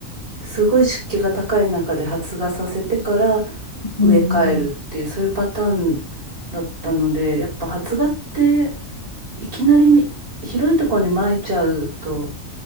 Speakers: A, on the right; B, on the left.
A: すごい湿気が高い中で発芽させてから植え替えるっていう、
B: うん、うん。
A: そういうパターンだったので、やっぱ発芽っていきなり広いところに撒いちゃうと、